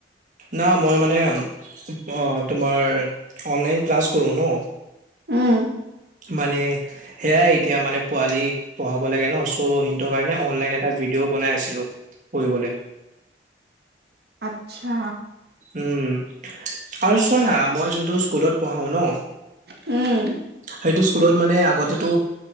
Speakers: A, on the right; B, on the right.
A: না মই মানে অঁ তোমাৰ অনলাইন ক্লাছ কৰোঁ ন?
B: উম,
A: মানে সেয়াই এতিয়া মানে পোৱালীক পঢ়াব লাগে ন চ' সেইটো কাৰণে অনলাইন এটা - ভিডিঅ বনাই আছিলো পঢ়িবলৈ,
B: আচ্ছা,
A: উম আৰু চোৱা না মই যোনটো স্কুলত পঢ়াও ন
B: উম
A: সেইটো স্কুলত মানে আগতেতো